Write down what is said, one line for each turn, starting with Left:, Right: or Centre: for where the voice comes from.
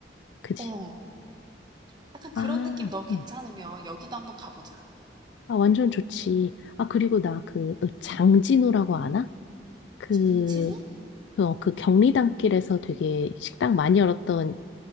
Left: 그지?
Right: 어, 약간 그런
Left: 아,
Right: 느낌 너 괜찮으면
Left: 응.
Right: 여기도 한번 가보자.
Left: 아, 완전 좋지. 아, 그리고 나 그, 너 장진우라고 아나? 그,
Right: 임신우?
Left: 그, 어, 그 경리단길에서 되게 식당 많이 열었던